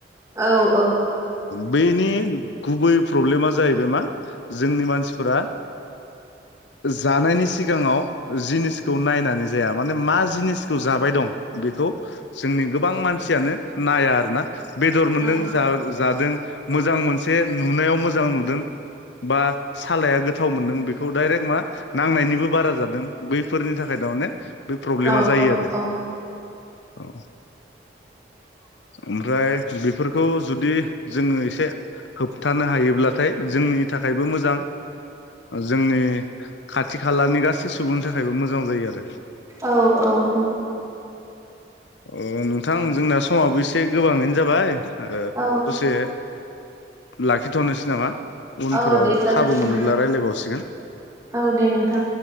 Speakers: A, on the right (about 15°); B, on the left (about 70°).
A: औ औ
B: बेनि गुबै प्रब्लेमा जाहैबाय मा जोंनि मानसिफोरा जानायनि सिगाङाव जिनिसखौ नायनानै जाया माने मा जिनिसखौ जाबाय दं बेखौ जोंनि गोबां मानसियानो नाया आरोना बेदर मोनदों
A: औ
B: जा जादों मोजां मोन से नुनायाव मोजां नुदों बा सालाया गोथाव मोनदों बेखौ डायरेक्ट मा नांनायनिबो बारा जादों बैफोरनि थाखाय थारमाने बे प्रब्लेमा
A: औ
B: जायो
A: औ
B: आरो। औ ओमफ्राय बेफोरखौ जुदि जोङो एसे होबथानो हायोब्लाथाय जोंनि थाखायबो मोजां जोंनि खाथि खालानि गासै सुबुंनि थाखायबो मोजां जायो आरो ।
A: औ-औ-औ।
B: ओ नोंथां जोंना समावबो एसे गोबाङैनो जाबाय ओ
A: औ
B: दसे लाखिथ'नोसै नामा? उनफोराव
A: औ दे जागोन
B: खाबु
A: नोंथां
B: मोनोब्ला रायलायबावसिगोन ।
A: औ देे नोंथां।